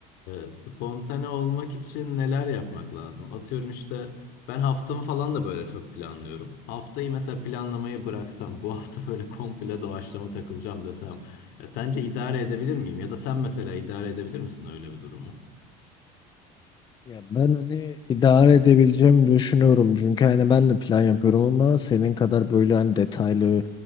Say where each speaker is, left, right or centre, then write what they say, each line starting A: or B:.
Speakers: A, on the left; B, on the left.
A: e, spontane olmak için neler yapmak lazım? Atıyorum işte ben haftamı falan da böyle çok planlıyorum. Haftayı mesela planlamayı bıraksam, bu hafta böyle komple doğaçlama takılacağım desem, e, sence idare edebilir miyim? Ya da sen mesela idare edebilir misin öyle bir durumu?
B: Ya ben hani idare edebileceğimi düşünüyorum. Çünkü hani ben de plan yapıyorum ama senin kadar böyle hani detaylı